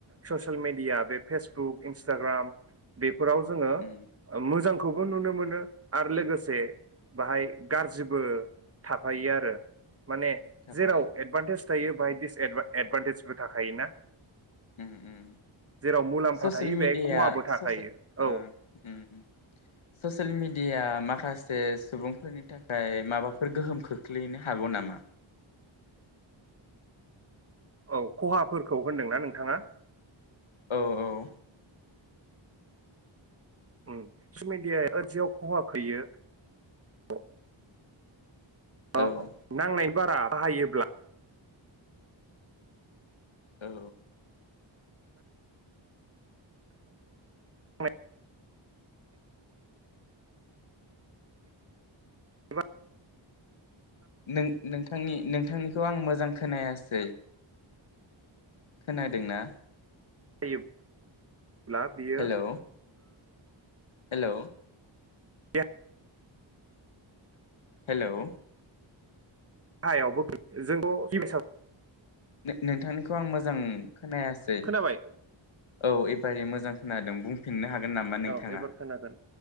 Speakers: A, on the right; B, on the left.
A: ससियेल मेडिया बे फेसबुक इन्सटाग्राम बे फोराव जोङो
B: उम
A: मोजां खौबो नुनो मोनो आरो लोगोसे बाहाय गारजिबो थाफायो आरो माने
B: थाफायो
A: जेराव एदभारटेज थायो बाहाय डिस एदभा एदभान्टेजबो थाखायोना
B: उम उम
A: जेराव मुलाम्फा
B: ससियेल
A: थायो
B: मिडिया
A: बेहाय खहाबो
B: ससियेल
A: थाखायो औ
B: अ उम ससेलमिडिया माखासे सुबुंफोरनि थाखाय माबाफोर गोहोम खोख्लैनो हागौ नामा
A: औ खहाफोरखौ होनदोंना नोंथाङा
B: औ औ
A: ससेलमिदिया <unintelligible> खहा खैयो <unintelligible> अ
B: औ
A: नांनाय बारा बाहायोब्ला
B: औ
A: नांनायनि बारा
B: नों नोंथांनि नोंथांनिखौ आं मोजां खोनायासै। खोनादोंना?
A: ज <unintelligible> ब्ला बियो
B: हेलौ हेलौ
A: देहायावबो
B: हेलौ
A: गाहायावबो जोंथ <unintelligible>
B: नोंथांनिखौ आं मोजां खोनायासै
A: खोनाबाय
B: औ एबारे मोजां खोनादों। बुंफिननो हागोन नामा नोंथाङा
A: औ एबार खोनागोन